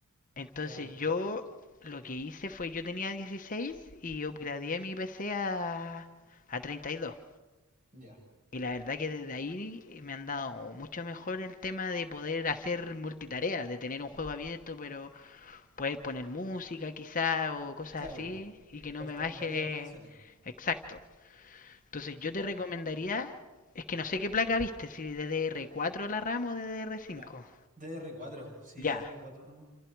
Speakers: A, on the left; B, on the right.
A: Entonces
B: Claro,
A: yo lo que hice fue, yo tenía 16 y upgradeé mi PC a, a 32. Y dos.
B: ya.
A: Y la verdad que desde ahí me han dado mucho mejor el tema de poder hacer multitarea, de tener un juego abierto, pero poder poner música quizá o cosas
B: Claro,
A: así y que no
B: puedes
A: me
B: tener
A: baje
B: varias aplicaciones.
A: exacto. Entonces yo te recomendaría, es que no sé qué placa viste, si DDR4 la RAM o DDR5.
B: La DDR4, sí,
A: Ya,
B: DDR4 nomás.